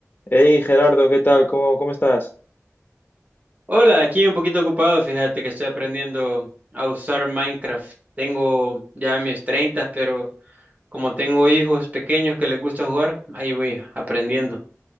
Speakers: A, on the left; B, on the right.
A: Hey Gerardo, ¿qué tal? ¿Cómo, cómo estás?
B: Hola, aquí un poquito ocupado, fíjate que estoy aprendiendo a usar Minecraft. Tengo ya mis 30, pero como tengo hijos pequeños que les gusta jugar, ahí voy aprendiendo.